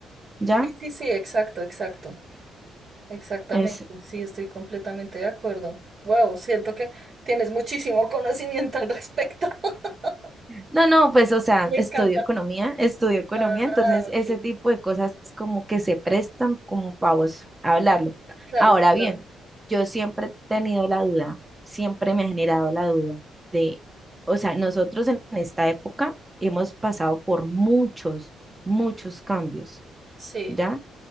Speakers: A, on the right (about 15°); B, on the right (about 45°).
A: ¿ya?
B: Sí, sí, sí, exacto, exacto, exactamente.
A: Es,
B: Sí, estoy completamente de acuerdo. Wow, siento que tienes muchísimo <laughs> conocimiento al respecto. <laughs>
A: no, no, pues, o sea,
B: Me
A: estudio
B: encanta.
A: economía, estudio economía,
B: Ah,
A: entonces
B: ok.
A: ese tipo de cosas como que se prestan como para vos hablarlo.
B: Claro,
A: Ahora bien,
B: claro.
A: yo siempre he tenido la duda, siempre me ha generado la duda de, o sea, nosotros en esta época hemos pasado por muchos, muchos cambios.
B: Sí,
A: ¿ya?